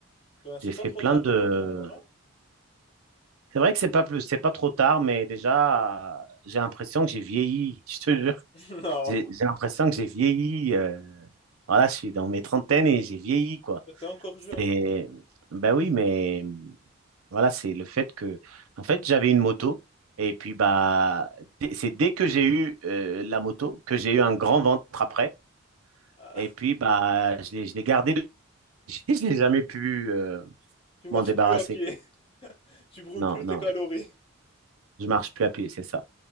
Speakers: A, on the left (about 25°); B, on the right (about 75°).
A: Ben,
B: J'ai
A: c'est pas
B: fait
A: trop
B: plein
A: tard
B: de...
A: pour reprendre, non?
B: C'est vrai que c'est pas plus, c'est pas trop tard, mais déjà, euh, j'ai l'impression que j'ai vieilli, <laughs> je te jure.
A: <laughs> Non,
B: J'ai, j'ai l'impression que j'ai vieilli. euh, voilà, je suis dans mes trentaines et j'ai vieilli, quoi.
A: Ben, t'es encore jeune.
B: C'est, ben oui, mais voilà, c'est le fait que, en fait, j'avais une moto. Et puis, bah, dès- c'est dès que j'ai eu euh, la moto que j'ai eu un grand ventre après.
A: Ah,
B: Et puis, bah, je l'ai, je l'ai gardé. de- <laughs> Je l'ai jamais pu euh,
A: tu marches
B: m'en débarrasser.
A: plus à pied, <laughs> tu brûles
B: Non,
A: plus tes
B: non,
A: calories.
B: je marche plus à pied, c'est ça.